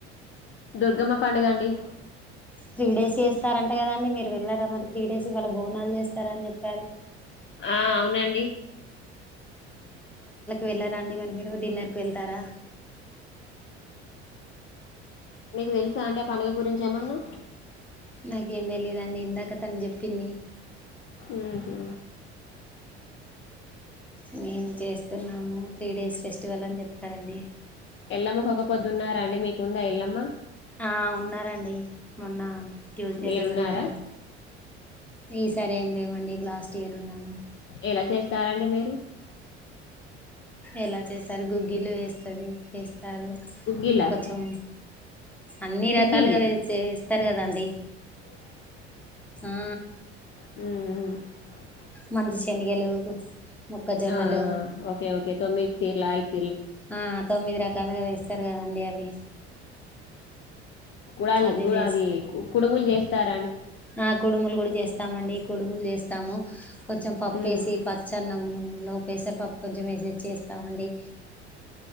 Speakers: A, on the left (about 35°); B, in the centre.
A: దుర్గమ్మ పండుగ అండి
B: త్రీ డేస్ చేస్తారంటే కదండి మీరు వెళ్ళారా మరి త్రీ డేస్ ఇవాళ్ళ బోనాలు చేస్తారని చెప్పారు
A: ఆ అవునండి
B: వెళ్ళరండి మరి మీరు డిన్నర్ కు వెళ్తారా
A: మీకు తెలుసా అండి ఆ పండుగ గురించి ఏమన్నా
B: నాకేం తెలీయదుండి ఇందాక తను చెప్పింది
A: ఉహు
B: మేం చేస్తున్నాము త్రీ డేస్ ఫెస్టివల్ అని చెప్తారండి
A: ఎల్లమ్మ కు ఒక్కపొద్దున్నారా అండి మీకు ఉందా ఎల్లమ్మ
B: ఆ ఉన్నారండి మొన్న ట్యూస్డే
A: మీరున్నారా
B: రోజు ఉన్నారు ఈసారి ఏమి లేమండి ఇ లాస్ట్ ఇయర్ ఉన్నాను
A: ఎలా చేస్తారండి మీరు
B: ఎలా చేస్తారు గుగ్గిలు వేస్తుంది వేస్తారు
A: గుగ్గిలా
B: కొంచెం అన్ని
A: గుగ్గిళ్ళు
B: రకాలుగా వ చేస్తారు కదాండి ఆ
A: అ
B: మంచి శనగలు మొక్కజొన్నలు
A: ఆ ఓకే ఓకే <inaudible>
B: ఆ తొమ్మిది రకాలుగా వేస్తారు కదండి అవి
A: కుడలు
B: అవి
A: గు
B: వేస్
A: అది కుడుములు చేస్తారు
B: ఆ కుడుములు కూడా చేస్తామండి కుడుములు చేస్తాము కొంచెం పప్పుసి
A: ఉమ్
B: పచ్చన్నంలో ప్రేసర్ పప్పు కొంచెం వేసి చేస్తామండి